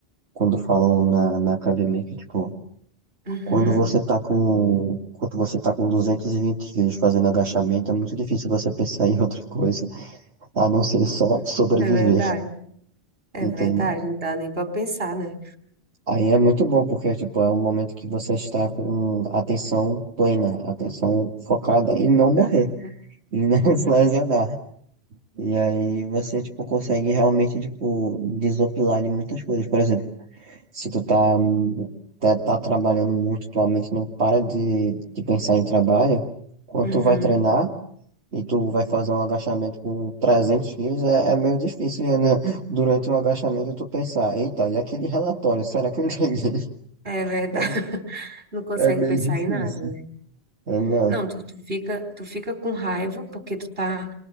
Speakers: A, on the right; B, on the right.
A: quando falam na, na academia, que tipo,
B: Uhum,
A: quando você tá com, quando você tá com 220 quilos fazendo agachamento, é muito difícil você pensar <laughs> em outra coisa, a não ser só sobreviver,
B: é verdade, é
A: entende?
B: verdade, não dá nem para pensar, né?
A: Aí é muito bom, porque tipo, é um momento que você está com atenção plena, atenção focada em não morrer,
B: Aham.
A: em não <laughs> se
B: Uhum.
A: lesionar. E aí você, tipo, consegue realmente, tipo, desopilar de muitas coisas. Por exemplo, se tu tá, hum, tá, tá trabalhando muito, tua mente não para de, de pensar em trabalho, quando
B: Uhum,
A: tu vai treinar e tu vai fazer um agachamento com 300 quilos, é, é meio difícil, né? <laughs> Durante o agachamento tu pensar, eita, e aquele relatório, será que eu entendi? <laughs>
B: é verdade,
A: É,
B: <laughs> não consegue
A: é meio
B: pensar
A: difícil.
B: em nada, né?
A: É, não,
B: Não, tu, tu fica, tu fica com raiva porque tu tá